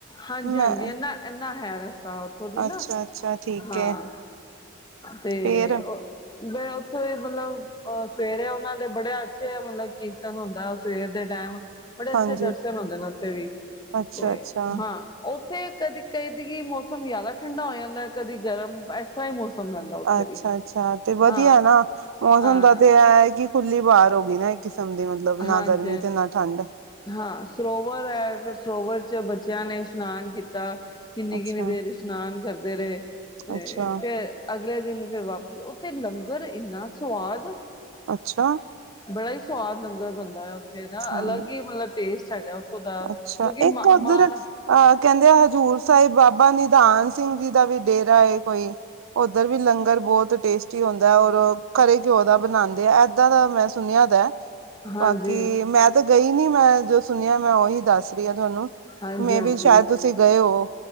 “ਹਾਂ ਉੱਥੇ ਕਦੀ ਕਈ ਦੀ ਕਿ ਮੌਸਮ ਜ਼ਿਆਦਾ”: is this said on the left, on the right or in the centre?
Left